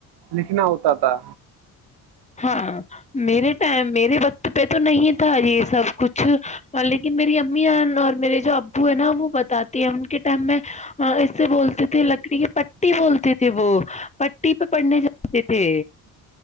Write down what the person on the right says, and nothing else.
لکھنا ہوتا تھا